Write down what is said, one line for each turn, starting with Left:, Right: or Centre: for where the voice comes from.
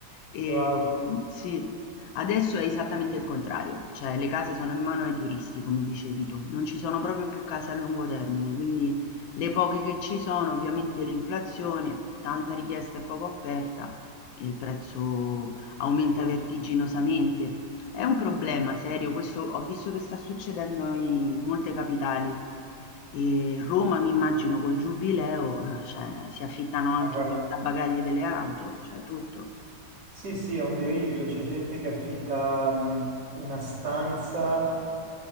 Left: E,
Right: Wow.
Left: sì, Adesso è esattamente il contrario, cioè le case sono in mano ai turisti, come dicevi tu, non ci sono proprio più case a lungo termine, quindi le poche che ci sono, ovviamente l'inflazione, tanta richiesta e poca offerta e il prezzo aumenta
Right: eh,
Left: vertiginosamente. È un problema serio, questo ho visto che sta succedendo in molte capitali. E Roma, mi immagino, col giubileo, eh, cioè, si affittano
Right: Ma
Left: anche
Right: guarda,
Left: i portabagagli delle auto, cioè tutto.
Right: sì, sì, è un delirio. C'è gente che affitta mh, una stanza